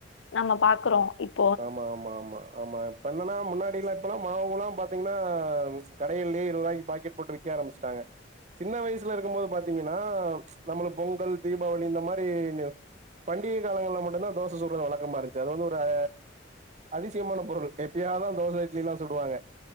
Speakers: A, on the left (about 80°); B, on the right (about 40°).
A: நம்ம பாக்கறோ இப்
B: ஆமா ஆமா ஆமா ஆமா இப்ப என்னான்னா முன்னாடில்லா இப்பல்லா மாவுல்லா பாத்தீங்கன்னா கடையிலே இருவராய்க்கு பாக்கெட் போட்டு வி க்க ஆரம்பிச்சிட்டாங்க சின்ன வயசுல இருக்கமோது பாத்தீங்கன்னா நம்மள பொங்கல் தீபாவளி இந்த மாரிங்க பண்டிக காலங்கள்ல மட்டுந்தா தோச சுடற வழக்கமா இருந்ச்சி அது வந்து ஒரு ஆ அதிசயமான பொருள் எப்பயாதா தோச இட்லிலாம் சுடுவாங்க